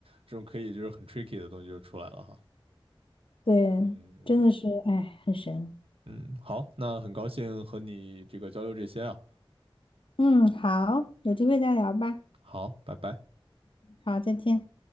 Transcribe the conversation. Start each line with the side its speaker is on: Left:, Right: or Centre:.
Right: 这种可以就是很 tricky 的东西就出来了哈。
Left: 对，
Right: 嗯
Left: 真的是，哎，很神。
Right: 嗯，好，那很高兴和你这个交流这些啊。
Left: 嗯，好，有机会再聊吧。
Right: 好，拜拜。
Left: 好，再见。